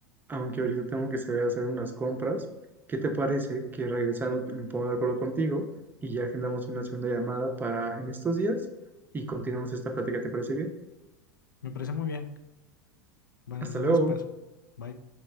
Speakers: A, on the right; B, on the left.
A: aunque ahorita tengo que salir a hacer unas compras. ¿Qué te parece que regresando me ponga de acuerdo contigo y ya agendamos una segunda llamada para en estos días y continuamos esta plática? ¿Te parece bien?
B: <laughs> Me parece muy bien. Bueno,
A: Hasta
B: nos vemos
A: luego.
B: después. Bye.